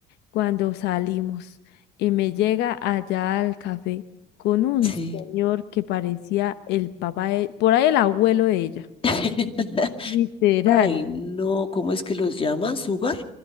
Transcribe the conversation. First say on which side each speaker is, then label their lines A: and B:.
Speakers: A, on the left; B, on the left.
A: cuando salimos y me llega allá al café con un
B: sí.
A: señor que parecía el papá de, por ahí el abuelo de ella,
B: <laughs>
A: literal,
B: Ay, no, ¿cómo es que los llama? ¿Sugar?